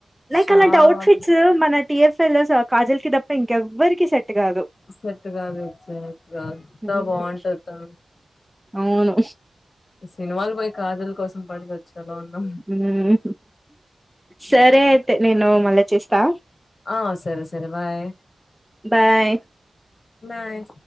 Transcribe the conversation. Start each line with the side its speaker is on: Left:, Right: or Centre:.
Centre: లైక్
Left: చాలా
Centre: అలాంటి అవుట్
Left: బావుంటది.
Centre: ఫిట్స్ మన టిఎఫ్ఎ లో కాజల్ కి తప్ప ఇంకెవ్వరికి సెట్టు కాదు
Left: సెట్ కాదు సెట్ కా ఎంత
Centre: హ్మ్.
Left: బాగుంటది తను
Centre: అవును
Left: సినిమాలు పోయి కాజల్ కోసం పడిసచ్చేలా ఉన్నాం
Centre: హుమ్ సరే అయితే నేను మళ్ళ చేస్తా
Left: ఆ సరే సరే బాయ్
Centre: బాయ్
Left: బాయ్